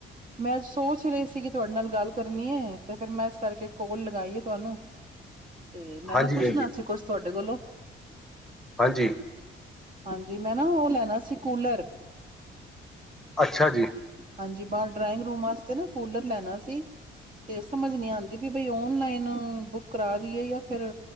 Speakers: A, on the right; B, in the centre.
A: ਮੈਂ ਅੱਜ ਸੋਚ ਹੀ ਰਹੀ ਸੀ ਕਿ ਤੁਹਾਡੇ ਨਾਲ ਗੱਲ ਕਰਨੀਏ, ਤੇ ਫਿਰ ਮੈਂ ਇਸ ਕਰਕੇ ਕੋਲ ਲਗਾਈ ਹੈ ਤੁਹਾਨੂੰ ਤੇ ਮੈਂ
B: ਹਾਂਜੀ
A: ਨਾ ਪੁੱਛਣਾ
B: ਹਾਂਜੀ
A: ਸੀ ਕੁਛ ਤੁਹਾਡੇ ਕੋਲੋਂ
B: ਹਾਂਜੀ
A: ਹਾਂਜੀ ਮੈਂ ਨਾ ਉਹ ਲੈਣਾ ਸੀ ਕੂਲਰ
B: ਅੱਛਾ ਜੀ
A: ਹਾਂਜੀ ਬਾਹਰ ਡਰਾਇੰਗ ਰੂਮ ਵਾਸਤੇ ਨਾ ਕੂਲਰ ਲੈਣਾ ਸੀ ਤੇ ਸਮਝ ਨੀ ਆਉਂਦੀ ਵੀ ਬਈ ਔਨਲਾਈਨ ਬੁੱਕ ਕਰਾ ਦੀਏ ਜਾਂ ਫਿਰ